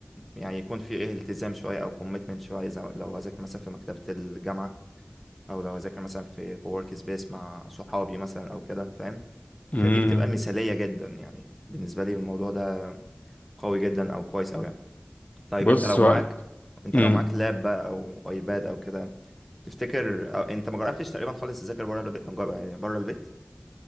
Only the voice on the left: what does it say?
امم
بص
هو-
امم